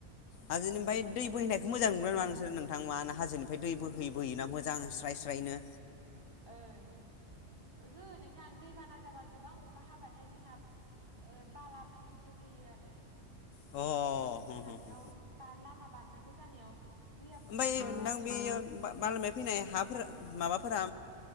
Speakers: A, on the right; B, on the left.
A: ओमफाय
B: हाजोनिओमफाय
A: बे माने
B: दै बोहैनायखौ मोजां नुगोना नुआ नों <unintelligible> हाजोनिफ्राय दै बोहै
A: नुय
B: बोयोना मोजां स्राय स्रायनो
A: ओं ओहो नोंथां दैबाना जाबा गोबां अखा हाबाथाय जोंहा ओ बाला फुलुंसो फैयो आरो।
B: अ
A: ओमफाय
B: हो
A: जोंहा
B: हो
A: बेयाव
B: हो
A: बार लामा बारनांगौ जानायाव दैया बुसोमोबो
B: ओमफ्राय नोंथां
A: आरो।
B: बेयो <unintelligible> फैनाय हाफोर माबाफोरा